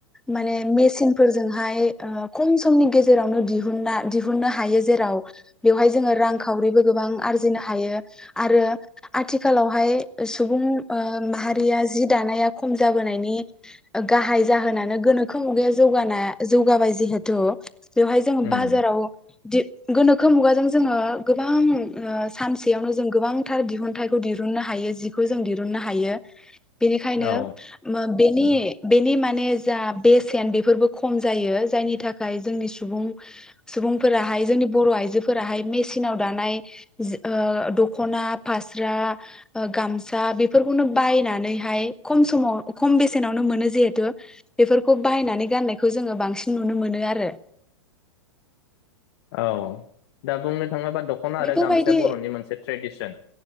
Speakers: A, in the centre; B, on the left.
A: माने मेसिन फोरजोंहाय ओ खम समनि गेजेरावनो दिहुनना दि दिहुननो हायो जेराव बेवहाय जोङो रांखावरिबो गोबां आरजिनो हायो। आरो आथिखालावहाय सुबुं ओ माहा या जि दानाया खम जाबोनायनि गाहाय जाहोनानो गोनोखो मुगाया जौगानाया जौगाबाय जिहेथु बेवहाय जोङो
B: उम
A: बाजाराव। दि गोनोखो मुगाजों जोङो गोबां ओ सानसे बेयावनो जों गोबांथार दिहुनथाइखौ दिहुननो हायो जि खौ जों दिहुननो हायो बेनिखायनो
B: औ
A: ओम बे नि बेनि माने जा बेसेन बेफोरबो खम जायो जायनि थाखाय जोंनि सुबुं सुबुंफोराहाय जोंनि बर आइजोफोराहाय मेसिनाव दानाय जो ओ दख'ना फास्रा ओ गामसा बेफोरखौनो बायनानैहाय खम समाव खम बेसेनावनो मोनो जिहेथु बेफोरखौ बायनानै गाननायखौ जोङो बांसिन नुनो मोनो आरो।
B: औ दा बुंनो थाङा बा दख'ना
A: बेफोरबायदि
B: आरो गामसाया बर'नि मोनसे ट्रेडिसन